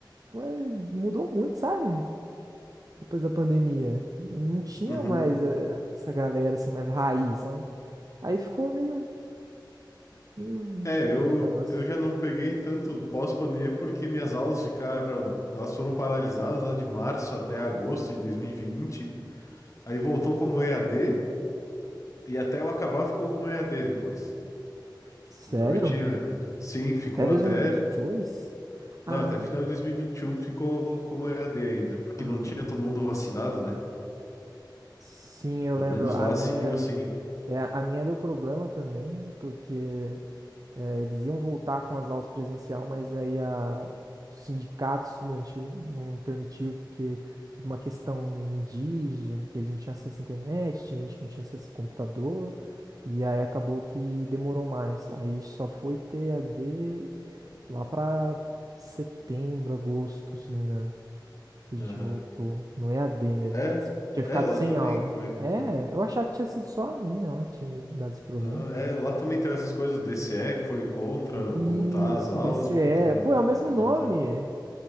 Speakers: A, on the right; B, on the left.
A: foi, mudou muito, sabe? Depois da pandemia, não tinha
B: Uhum.
A: mais eh, essa galera assim mais raiz, sabe? Aí ficou meio meio
B: É,
A: diferente
B: eu,
A: o negócio.
B: eu já não peguei tanto pós-pandemia porque minhas aulas ficaram, elas foram paralisadas lá de março até agosto de 2020. Aí voltou como EAD E até eu acabar ficou como E a EAD depois.
A: Sério?
B: Então eu tinha. Sim, ficou
A: Até dois
B: até.
A: mil e e vinte e dois. Ah,
B: Não, até final de 2021 ficou como E a EAD ainda, porque
A: ah,
B: não tinha
A: tá.
B: todo mundo vacinado, né?
A: Sim, eu
B: Pelo
A: lembro.
B: menos
A: A
B: lá
A: minha,
B: seguiu assim.
A: é, a minha deu problema também, porque é, eles iam voltar com as aulas presencial, mas aí a, o sindicato estudantil não permitiu, porque tudo uma questão indígena, que eles não tinham acesso à internet, tinha gente que não tinha acesso a computador, e aí acabou que demorou mais. Aí só foi ter EAD lá para setembro, agosto, se não me engano. que a gente
B: Aham.
A: voltou no E A D mesmo.
B: É,
A: antes. Tinha ficado
B: é, lá
A: sem
B: também
A: aula.
B: foi.
A: É, eu achava que tinha sido só a minha lá que tinha dado esse problema.
B: Não, é, lá também teve essas coisas, o DCE foi contra
A: Isso,
B: voltar às aulas,
A: DCE.
B: porque não,
A: Pô, é o mesmo
B: não podia
A: nome.
B: ter.